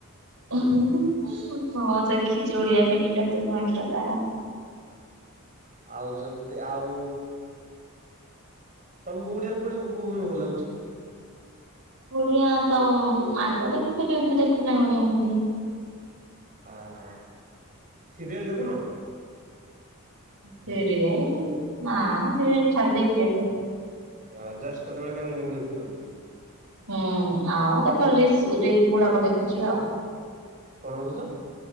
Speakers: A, on the right (about 85°); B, on the right (about 35°).
A: <unintelligible> ହଁ ଦେଖିଛି ଓଡିଆ ଫିଲ୍ମ ଟା ତୁ ମୋ ଆଖିର ତାରା।
B: ଆଉ ଯଦି ଆଉ ତମକୁ ଓଡ଼ିଆରେ କୋଉଟା କୋଉ ମୁଭି ଭଲଲାଗୁଚି।
A: ଓଡିଆ ତ ଆଗ ଦେଖୁଥିଲି ଏବେ ଦେଖୁନାଇଁ ଓଡିଆ ମୁଭି।
B: ଆ ହା ସିରିୟଲ ଦେଖୁନ।
A: ସିରିଏଲ ନା ସିରିଏଲ ଛାଡି ଦେଇଚି ଏବେ।
B: ଆ ଜଷ୍ଟ କେତବେଳେ କେମିତି ମୁଭି ଦେ ଛନ୍ତି ।
A: ହୁଁ ଆଉ କେତଳେ ରସ ରିଲସ ଗୁଡାକ ଦେଖୁଚି ଆଉ।
B: କଣ ଦୁଜ